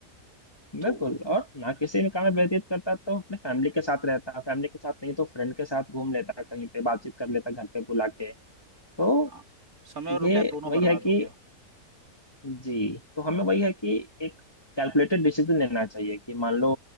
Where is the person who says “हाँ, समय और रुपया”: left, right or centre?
Right